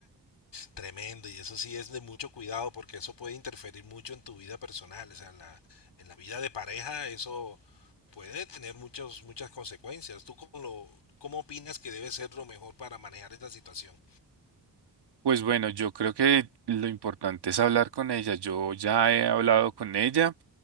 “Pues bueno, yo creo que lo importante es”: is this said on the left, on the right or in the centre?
Right